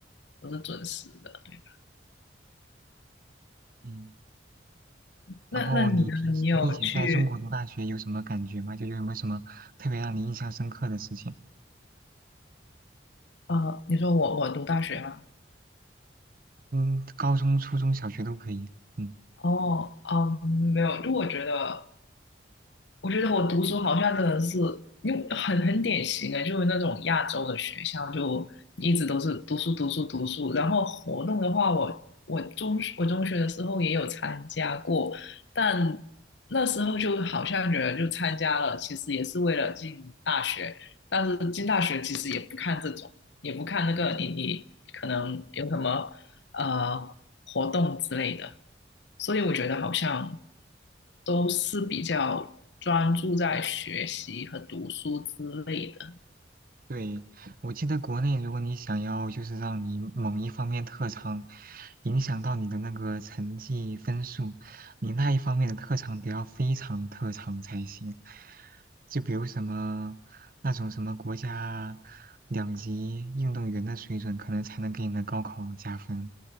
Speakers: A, on the left; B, on the right.
A: 都是准时的，对吧？
B: 嗯，然后你平时你以前在中国读大学有什么感觉吗？
A: 那那你呢？你有去？
B: 就有没有什么特别让你印象深刻的事情？
A: 啊，你说我我读大学吗？
B: 嗯，高中、初中小学都可以。嗯。
A: 哦，嗯，没有，就我觉得，我觉得我读书好像真的是，因为很很典型的，就是那种亚洲的学校，就一直都是读书读书读书。然后活动的话，我我中学我中学的时候也有参加过，但那时候就好像觉得就参加了，其实也是为了进大学，但是进大学其实也不看这种，也不看那个你你可能有什么呃活动之类的，所以我觉得好像都是比较专注在学习和读书之类的
B: 对，我记得国内，如果你想要就是让你某一方面特长影响到你的那个成绩分数，你那一方面的特长得要非常特长才行。就比如什么那种什么国家两级运动员的水准，可能才能给你的高考加分，